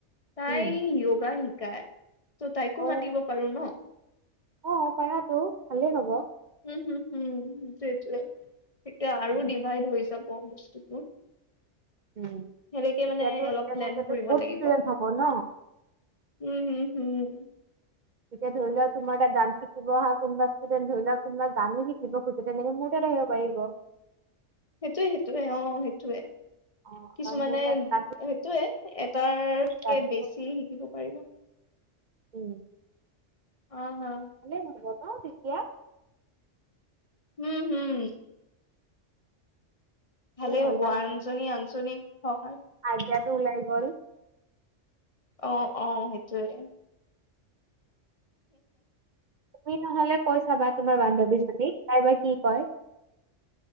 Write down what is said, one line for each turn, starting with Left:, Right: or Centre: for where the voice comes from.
Left: তাই
Right: উম।
Left: য়োগা শিকায় ত' তাইকো
Right: অ
Left: মাতিব পাৰো ন।
Right: অ', পাৰাতটো ভালেই হ'ব।
Left: উম, হম হুম, সেইটোৱে এতিয়া আৰু
Right: উম,
Left: ডিভাইড হৈ যাব বস্তুটো
Right: উম।
Left: সেনেকে
Right: তেতিয়াতো
Left: মানে অলপ
Right: তেনেকেতো
Left: প্লেন কৰিব
Right: বহুত
Left: লাগিব।
Right: ষ্টুডেন্ট হ'ব ন?
Left: উম, উম, উম।
Right: তেতিয়া ধৰি লওক তোমাৰ ডান্স শিকিব অহা কোনবা ষ্টুডেণ্ট ধৰি লওক কোনবা গানো শিকিব তেনেকে মোৰ তাত আহিব পাৰিব।
Left: সেইটোয়ে সেইটোয়ে অ সেইটোৱে
Right: অ
Left: কিছুমানে
Right: বা মোৰ তাত
Left: সেইটোয়ে
Right: ডান্স
Left: এটাৰতকে
Right: ডান্স
Left: বেছি শিকিব পাৰিব।
Right: উম
Left: হা হা
Right: ভালেই হ'ব ন তেতিয়া।
Left: উম হম। ভালেই
Right: এ হ'ল
Left: হ'ব আনজনী আনজনীক সহায়
Right: আইডাতো ওলাই গ'ল।
Left: অ', অ', সেইটোয়ে
Right: তুমি নহ'লে কৈ চাবা তোমাৰ বান্ধৱী জনীক তাই বা কি কয়